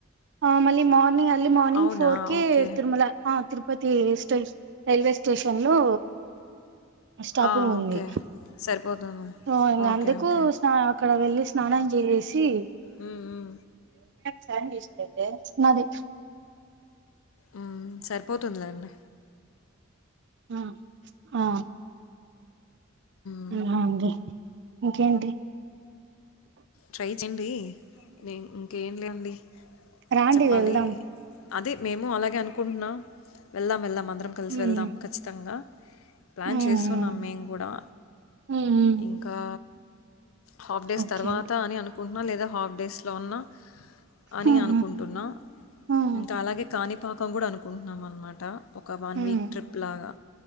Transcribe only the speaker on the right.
ఆ మళ్ళీ మార్నింగ్ అ ఆర్లీ మార్నింగ్
ఫోర్ క
తిరుమల ఆ తిరు తిరుపతి స్టే రైల్వే స్టేషన్ లో స్టాపింగ్
ఉంది
హా ఇంకా
అందుకు
స్నా అక్కడ వెళ్ళి స్నానం జ రసి
సరే మీ ఇష్టం అయితే నాది
ఆ ఆ
ఆ అండి ఇంకేంటిీ
రాండి
వెళ్దాం
మ్మ్
మ్మ్
మ్మ్
ఓకే
మ్మ్
మ్మ్
మ్మ్